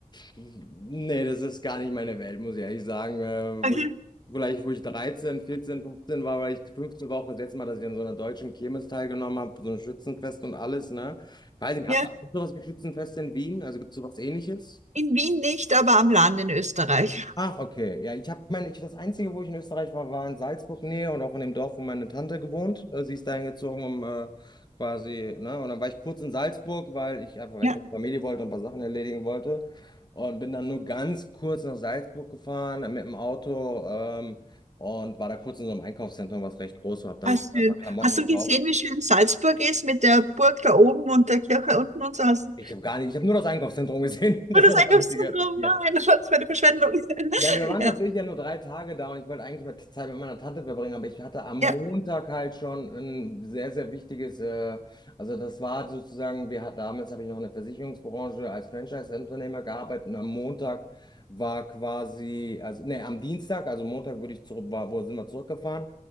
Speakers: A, on the left; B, on the right.
A: nee, das ist gar nicht meine Welt, muss ich ehrlich sagen. Äh,
B: Okay.
A: wo ich, vielleicht, wo ich 13, 14, 15 war, weil ich 15 war auch das letzte Mal, dass ich an so einer deutschen Kirmes teilgenommen habe, so ein Schützenfest und alles, ne? Ich weiß nicht, habt
B: Ja.
A: ihr auch sowas wie Schützenfest in Wien? Also gibt es sowas Ähnliches?
B: In Wien nicht, aber am Land in Österreich.
A: Ach, okay. Ja, ich habe meine, ich, das Einzige, wo ich in Österreich war, war in Salzburg-Nähe und auch in dem Dorf, wo meine Tante gewohnt. Äh, Sie ist dahin gezogen, um äh, quasi, ne? Und dann war ich kurz in Salzburg, weil ich einfach weg
B: Ja.
A: von der Familie wollte und ein paar Sachen erledigen wollte. Und bin dann nur ganz kurz nach Salzburg gefahren äh, mit dem Auto ähm, und war da kurz in so einem Einkaufszentrum, was recht groß war, habe dann
B: Ah, schön.
A: ein paar Klamotten
B: Hast
A: gekauft.
B: du gesehen, wie schön Salzburg ist mit der Burg da oben und der Kirche unten und so? Hast du
A: Ich habe gar nicht, ich habe nur das Einkaufszentrum gesehen. <laughs> Das
B: Oh, das
A: war das
B: Einkaufszentrum?
A: Einzige. Ja.
B: Nein, das war eine Verschwendung. <laughs>
A: Ja, wir waren
B: Ja,
A: tatsächlich ja nur drei Tage da und ich wollte eigentlich mal Zeit mit meiner Tante verbringen, aber ich hatte am
B: ja,
A: Montag halt schon ein sehr, sehr wichtiges, äh, also das war sozusagen, wir hatten damals habe ich noch in der Versicherungsbranche als Franchise-Unternehmer gearbeitet und am Montag war quasi, also nee, am Dienstag, also Montag würde ich zurück, war, wo sind wir zurückgefahren